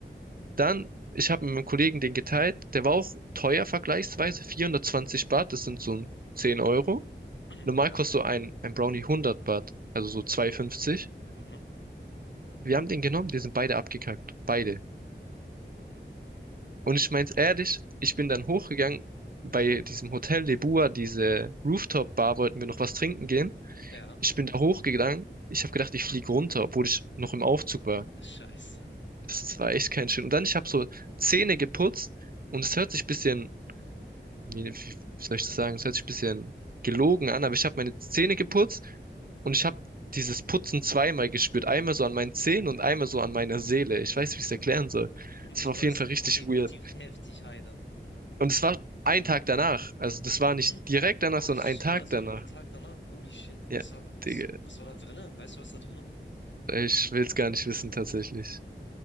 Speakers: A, on the right; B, on the left.
A: Dann, ich habe mit meinem Kollegen den geteilt. Der war auch teuer vergleichsweise. 420 Baht, das sind so ein 10 Euro.
B: <clears throat>
A: Normal
B: Hm, Ja.
A: kostet so ein, ein Brownie 100 Baht, also so 2,50.
B: Mhm.
A: Wir haben den genommen, wir sind beide abgekackt. Beide. Und ich mein's ehrlich, ich bin dann hochgegangen bei diesem Hotel Lebua, diese Rooftop-Bar, wollten wir noch was trinken gehen.
B: Ja.
A: Ich bin da hochgegangen. Ich habe gedacht, ich fliege runter, obwohl ich noch im Aufzug war.
B: Scheiße.
A: Das war echt kein schön. Und dann, ich habe so Zähne geputzt und es hört sich ein bisschen, wie, wie wie soll ich das sagen, es hört sich ein bisschen gelogen an, aber ich habe meine Zähne geputzt und ich habe dieses Putzen zweimal gespürt. Einmal so an meinen Zähnen und einmal so an meiner Seele. Ich weiß, wie ich es erklären soll.
B: Du
A: Es war auf
B: warst
A: jeden Fall richtig
B: definitiv
A: weird.
B: heftig high dann.
A: Und es war ein Tag danach. Also das war nicht
B: Hm.
A: direkt
B: <clears throat>
A: danach,
B: Ach
A: sondern
B: so,
A: ein Tag
B: das
A: danach.
B: war noch ein Tag danach. Holy shit.
A: Ja,
B: Was war, was,
A: Digga,
B: was war da drinne? Weißt du, was da drin war?
A: ich will es gar nicht wissen tatsächlich.